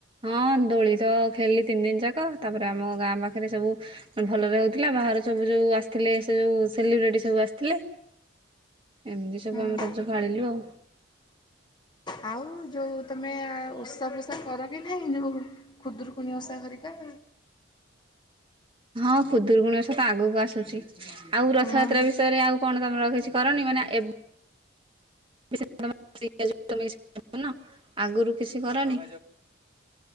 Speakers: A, on the right; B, on the left.
A: ହଁ ଦୋଳି ତ ଖେଲିି ତିନି ଦିନ ଯାକ ତାପରେ ଆମ ଗାଁ ପାଖେରେ ସବୁ ଭଲରେ ହଉଥିଲା ବାହାର ସବୁ ଯୋଉ ଆସିଥିଲେ ସେ ଯୋଉ ସେଲିବ୍ରେଟି ସବୁ ଆସିଥିଲେ ଏମିତି ସବୁ
B: ହୁଁ
A: ଆମେ ରଜ ପାଳିଲୁ ଆଉ।
B: ଆଉ ଯୋଉ ତମେ ଓସା ଫୋଷା କର କି ନାଇଁ ଯୋଉ ଖୁଦୁରୁକୁଣି ଓସା ଘରିକା
A: ହଁ ଖୁଦୁୁରୁକୁଣି ଓଷା ତ ଆଗକୁ ଆସୁଚି ଆଉ ରଥଯାତ୍ରା
B: ହଁ
A: ବିଷୟରେ ଆଉ କଣ ତମର କିଛି କରନି ମାନେ ଏବ <unintelligible> ଆଗରୁ କିଛି କରନି।